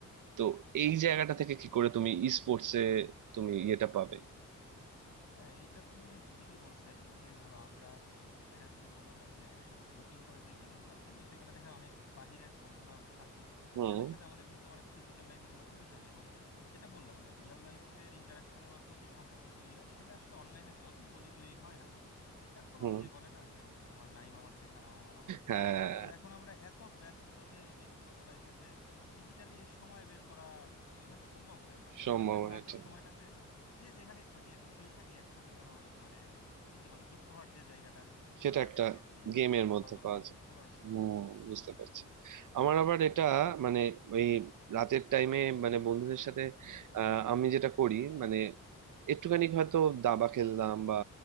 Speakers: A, on the right; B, on the left.
A: তো এই জায়গাটা থেকে কি করে তুমি ই স্পোর্টসে তুমি ইয়েটা পাবে
B: হ্যাঁ এটা তুমি ঠিকই বলছো একদিক দিয়ে ধরো আমরা দেখা যাচ্ছে বললাম না যে একসাথে গ্রুপিং করে যে গেমগুলো খেলি সেখানে দেখা যায় অনেক বাহিরের বন্ধুরাও থাকে
A: হুম
B: যাদের সাথে আমাদের কিন্তু মানে ফিজিক্যাল লাইফে কোনো পরিচয় নেই এবং যেটা বললাম মানে রিয়েল লাইফের ইন্টারাকশনের মাধ্যমে যে সম্পর্ক তৈরি হয় সেটা আসলে অনলাইনে যতই বলি তৈরি হয় না তারপরে
A: হুম
B: ওই যে বলে না যে হচ্ছে তোমার নাইম আমার ঠিকানা মামা হলো
A: হ্যাঁ
B: তো এখন আমরা এত ব্যস্ত যে ব্যক্তিগত লাইফে যে ফিজিক্যালি সময় বের করা মানে ওইভাবে সম্ভব হয়ে হয় না
A: সম্ভাবনা
B: এই জন্য দেখো রাতের
A: এটা
B: সময়টাতে যে যেখানেই থাকি আর কি ফ্রি থাকি একসাথে ধরো ওই যে মানে কি বলে যুক্ত হওয়ার যে জায়গাটা
A: সেটা
B: এটা
A: একটা
B: থাকে ওই দিক
A: গেমের
B: দিয়ে আর কি
A: মধ্যে
B: ভালো
A: পাওয়া
B: লাগে
A: যায়
B: বুঝতে পারছো
A: হুম বুঝতে পারছি আমার আবার এটা মানে ওই রাতের টাইমে মানে বন্ধুদের সাথে আহ, আমি যেটা করি মানে একটুখানি হয়তো দাবা খেললাম বা